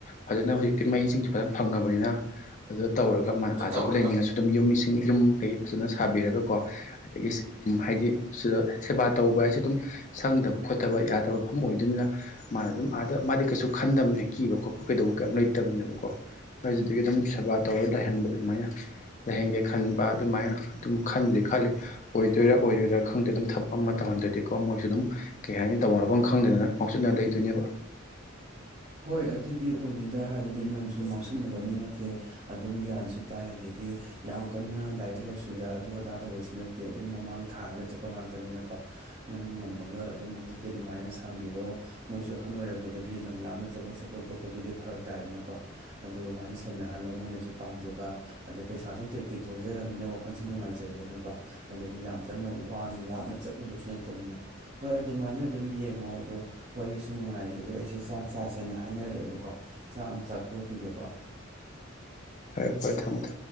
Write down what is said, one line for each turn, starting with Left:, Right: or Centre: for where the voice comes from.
Left: ꯐꯖꯅ ꯍꯧꯖꯤꯛꯇꯤ ꯃꯩꯁꯤꯡꯁꯨ ꯐꯖꯅ ꯐꯪꯉꯕꯅꯤꯅ ꯑꯗꯨ ꯇꯧꯔꯒꯕꯨ
Right: ꯇꯧꯔꯒ
Left: ꯂꯩꯅꯤꯡꯉ ꯑꯗꯨꯝ ꯌꯨꯝ ꯀꯩ ꯐꯖ ꯁꯥꯕꯤꯔꯒꯀꯣ ꯑꯗꯒꯤ ꯍꯥꯏꯗꯤ ꯁꯤꯗ ꯁꯦꯕꯥ ꯇꯧꯕ ꯍꯥꯏꯁꯦ ꯑꯗꯨꯝ ꯁꯪꯗꯕ ꯈꯣꯠꯇꯕ ꯐꯠꯇꯕ ꯃꯐꯝ ꯑꯣꯏꯗꯣꯏꯅꯤꯅ ꯃꯥꯅ ꯑꯗꯨꯝ ꯑꯥꯗ ꯃꯥꯗꯤ ꯀꯩꯁꯨ ꯈꯟꯗꯕꯅꯦ ꯀꯤꯕ ꯈꯣꯠꯄ ꯀꯩꯗꯧꯕ ꯀꯩ ꯂꯩꯇꯕꯅꯦꯕꯀꯣ ꯑꯩꯗꯨꯗꯒꯤ ꯑꯗꯨꯝ ꯁꯦꯕꯥ ꯇꯧꯔ ꯂꯩꯍꯟꯕ ꯑꯗꯨꯃꯥꯏꯅ ꯂꯥꯏꯍꯡꯒꯦ ꯈꯟꯕ ꯑꯗꯨꯃꯥꯏꯅ ꯑꯗꯨꯝ ꯈꯟꯕꯨꯗꯤ ꯈꯜꯂꯤ ꯑꯣꯏꯗꯣꯏꯔꯥ ꯑꯣꯏꯗꯣꯏꯗꯔꯥ ꯈꯪꯗ꯭ꯔꯦ ꯑꯗꯨꯝ ꯊꯕꯛ ꯑꯃ ꯇꯧ ꯟꯗ꯭ꯔꯗꯤꯀꯣ ꯃꯣꯏꯁꯨ ꯑꯗꯨꯝ ꯀꯩ ꯍꯥꯏꯅꯤ ꯇꯧꯕꯐꯝꯅꯐꯝ ꯈꯪꯗꯗꯅ ꯉꯥꯎꯆꯗꯅ ꯂꯩꯗꯣꯏꯅꯦꯕ
Right: ꯍꯣꯏ ꯑꯗꯨꯗꯤ ꯑꯣꯏꯅꯤꯗ ꯍꯥꯏꯕꯗꯤ ꯅꯪꯁꯨ ꯉꯥꯎꯁꯤꯟꯅꯕ ꯃꯤ ꯅꯠꯇꯦ ꯑꯗꯨꯝ ꯒ꯭ꯌꯥꯟꯁꯨ ꯇꯥꯏ ꯑꯗꯒꯤ ꯍꯥꯏꯗꯤ ꯌꯥꯝ ꯀꯟꯅ ꯂꯥꯏꯔꯤꯛ ꯂꯥꯏꯁꯨꯗ ꯑꯗꯨ ꯑꯗꯥ ꯇꯧꯕꯁꯨ ꯅꯠꯇꯦ ꯑꯗꯨꯝ ꯃꯃꯥꯡ ꯊꯥꯔꯒ ꯆꯠꯄ ꯉꯥꯛꯇꯅꯤꯅ ꯀ ꯅꯪ ꯉꯝꯃꯒ ꯑꯗꯨꯝ ꯍꯧꯖꯤꯛꯀꯤ ꯑꯗꯨꯃꯥꯏꯅ ꯁꯥꯕꯤꯔꯣ ꯃꯣꯏꯁꯨ ꯑꯍꯟ ꯑꯣꯏꯔꯛꯄꯗꯗꯤ ꯂꯝ ꯂꯥꯞꯅ ꯊꯕꯛ ꯆꯠꯄ ꯈꯣꯠꯄꯗꯨꯗꯤ ꯐꯔꯛ ꯇꯥꯏꯗꯅꯀꯣ ꯑꯗꯨꯒ ꯑꯗꯨꯃꯥꯏꯅ ꯁꯦꯟꯅꯍꯜꯂꯣ ꯃꯣꯏꯅꯁꯨ ꯄꯥꯝꯖꯕ ꯑꯗꯩ ꯄꯩꯁꯥꯁꯨ ꯇꯦꯛ ꯇꯦꯛ ꯊꯣꯛꯖꯔꯝꯅꯤꯅ ꯋꯥꯈꯜꯁꯨ ꯅꯨꯡꯉꯥꯏꯖꯔꯦꯗꯅꯀꯣ ꯑꯗꯒꯤ ꯌꯥꯝ ꯀꯟꯅ ꯋꯥꯅ ꯂꯥꯞꯅ ꯆꯠ ꯅꯤꯅ ꯍꯣꯏ ꯑꯗꯨꯃꯥꯏꯅ ꯑꯗꯨꯝ ꯌꯦꯡꯉꯣ ꯑꯗꯣ ꯋꯥꯔꯤꯁꯨ ꯅꯨꯡꯉꯥꯏꯔ ꯑꯗꯣ ꯑꯩꯁꯦ ꯆ ꯆꯥꯛ ꯆꯁꯦꯅ ꯍꯥꯏꯅꯔꯛꯑꯦꯕꯀꯣ ꯆꯥ ꯑꯃ ꯆꯥꯊꯣꯛꯈꯤꯒꯦꯀꯣ
Left: ꯑꯩꯄꯔ ꯊꯝꯃꯣꯪ